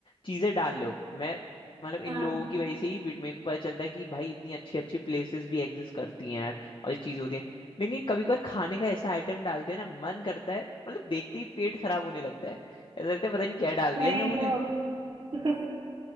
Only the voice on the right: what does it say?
हाँ
वही
तो
<laughs>